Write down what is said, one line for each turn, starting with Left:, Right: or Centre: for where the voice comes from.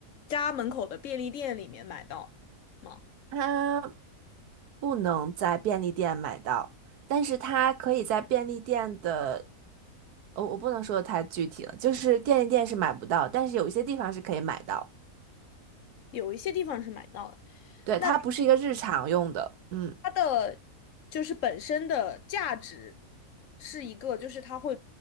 Left: 家门口的便利店里面买到吗？
Right: 它不能在便利店买到，但是它可以在便利店的，我、我不能说的太具体了，就是便利店是买不到，但是有一些地方是可以买到，
Left: 有一些地方是买到的。
Right: 对，
Left: 那
Right: 它不是一个日常用的，嗯，
Left: 它的就是本身的价值是一个，就是它会